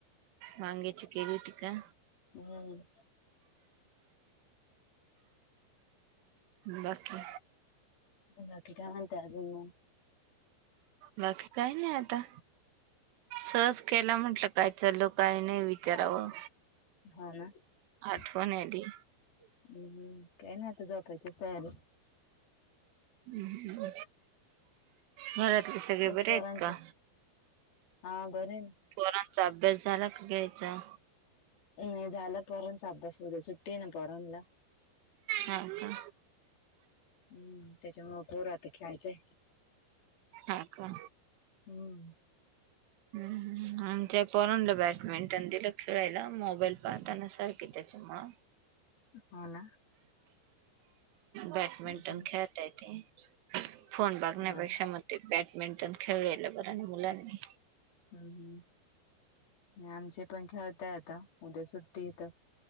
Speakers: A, on the right; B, on the left.
A: वांग्याची केली होती का?
B: हम्म.
A: बाकी?
B: बाकी काय म्हणताय आजुन मग?
A: बाकी काही नाही आता सहज केला म्हटलं काय चाललं काय नाही विचारावं?
B: हा ना
A: आठवण
B: हम
A: आली
B: हम काही नाही आता झोपायची तयारी
A: हम्. घरातले सगळे
B: लईच
A: बरे
B: पोरांचं
A: आहेत का?
B: हा बरे ना
A: पोरांचा अभ्यास झाला का घ्यायचा?
B: नाही झाला पोरांचा अभ्यास, उद्या सुट्टी आहे न पोरांना
A: हाका.
B: हम्म त्याच्यामुळ पोर आता खेळताय
A: हा का?
B: हम्म
A: ह् आमच्या पोरांना बॅडमिंटन दिल खेळायला मोबाईल पाहताना सारखे त्या ते्ह <unintelligible>
B: हो ना?
A: बॅडमिंटन
B: हम्म
A: खेळताये ते फोन बगण्यापेक्षा
B: हो ना
A: मते बॅडमिंटन खेळलेल बरं णा मुलांनी.
B: हम्म हम्म आमचे पण खेळताय आता उद्या सुट्टी येत.